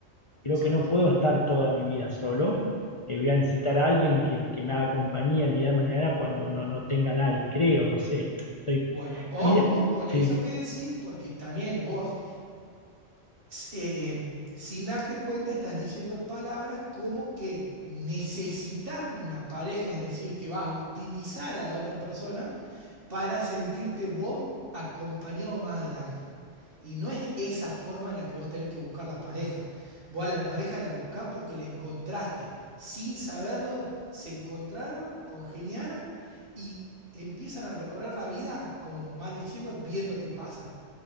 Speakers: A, on the left; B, on the right.
A: Creo
B: exacto.
A: que no puedo estar toda mi vida solo. Eh, voy a necesitar a alguien que, que me haga compañía el día de mañana cuando no, no tenga nadie, creo, no sé. Estoy...
B: Bueno, ojo
A: Y des-
B: con
A: sí,
B: eso que decís, porque también vos, s- eh, em, sin darte cuenta, estás diciendo palabras como que necesitas una pareja, es decir, que vas a utilizar a la otra persona para sentirte vos acompañado más adelante. Y no es esa forma en la que vos tenés que buscar la pareja. Vos a la pareja la buscás porque la encontraste. Sin saberlo, se encontraron, congeniaron y empiezan a recorrer la vida como mal diciendo, viendo qué pasa.